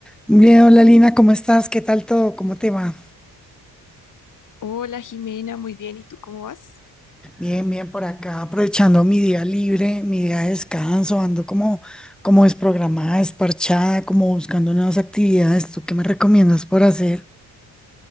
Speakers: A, in the centre; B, on the left.
A: Bien, hola Lina, ¿cómo estás? ¿Qué tal todo? ¿Cómo te va?
B: Hola Jimena, muy bien. ¿Y tú cómo vas?
A: Bien, bien por acá, aprovechando mi día libre, mi día de descanso, ando como, como desprogramada, desparchada, como buscando nuevas actividades. ¿Tú qué me recomiendas por hacer?